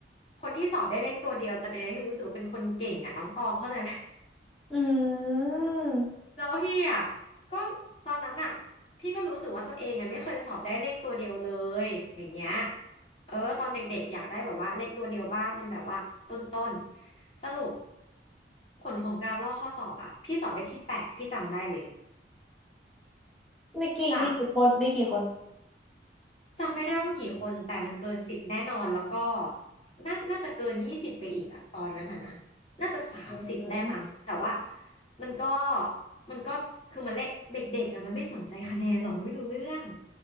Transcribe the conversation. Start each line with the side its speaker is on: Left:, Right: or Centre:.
Left: คนที่สอบได้เลขตัวเดียวจะเป็นอะไรที่รู้สึกว่าเป็นคนเก่งอะน้องตองเข้าใจไหม
Centre: อืม
Left: แล้วพี่อ่ะก็ตอนนั้นอ่ะพี่ก็รู้สึกว่าตัวเองอ่ะไม่เคยสอบได้เลขตัวเดียวเลยอย่างเงี้ยเออตอนเด็กๆอยากได้แบบว่าเลขตัวเดียวบ้างเป็นแบบว่าต้นๆสรุปผลของการลอกข้อสอบอ่ะพี่สอบได้ที่แปดพี่จำได้เลย
Centre: มีกี่มีกี่คนมีกี่คน
Left: จาก จำไม่ได้ว่ากี่คนแต่มันเกินสิบแน่นอนแล้วก็น่าน่าจะเกินยี่สิบไปอีกอะตอนนั้นอะนะน่าจะสามสิบได้มั้งแต่ว่า
Centre: อ่า
Left: มันก็มันก็คือมันเลขเด็กๆอะมันไม่สนใจคะแนนหรอกมันไม่รู้เรื่อง